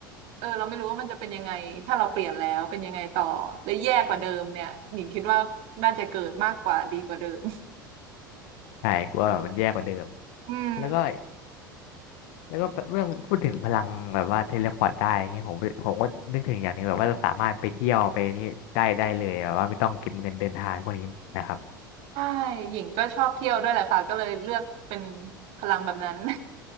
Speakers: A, on the right; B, on the left.
A: เออเราไม่รู้ว่ามันจะเป็นยังไงถ้าเราเปลี่ยนแล้วเป็นยังไงต่อและแย่กว่าเดิมเนี่ยหญิงคิดว่าน่าจะเกิดมากกว่าดีกว่าเดิม
B: ใช่กลัวแบบมันแย่กว่าเดิม
A: <laughs> อืม
B: แล้วก็ แล้วก็เรื่องพูดถึงพลังแบบว่าเทเลพอร์ตได้อย่างเงี้ยผมผมก็นึกถึงอย่างหนึ่งแบบว่าเราสามารถไปเที่ยวไปนี่ได้ได้เลยแบบว่าไม่ต้องเก็บเงินเดินทางพวกนี้นะครับ
A: ใช่หญิงก็ชอบเที่ยวด้วยแหละค่ะก็เลยเลือกเป็นพลังแบบนั้น